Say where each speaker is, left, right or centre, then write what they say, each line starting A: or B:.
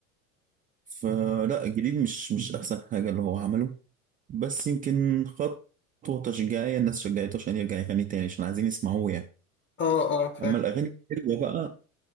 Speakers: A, on the right; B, on the left.
A: فلا الجديد مش مش احسن حاجه اللي هو عمله بس يمكن خطوه تشجيعيه الناس شجعته عشان يرجع يغني تاني عشان عايزين يسمعوه يعني
B: اه اه فاهم
A: اما الاغاني الحلوه بقى